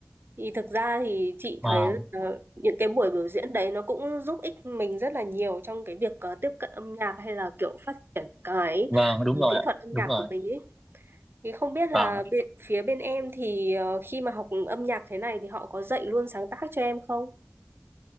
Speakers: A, on the right (about 45°); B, in the centre.
A: Thì thực ra thì chị
B: vâng
A: thấy ờ, những cái buổi biểu diễn đấy nó cũng giúp ích mình rất là nhiều trong cái việc ờ, tiếp cận âm nhạc hay là kiểu phát triển cái
B: <clears throat> vâng đúng
A: ờ,
B: rồi
A: kỹ
B: ạ
A: thuật âm
B: đúng
A: nhạc
B: rồi
A: của mình ý thì không biết là
B: vâng ạ.
A: bên, phía bên em thì ờ, khi mà học âm nhạc thế này thì họ có dạy luôn sáng tác cho em không?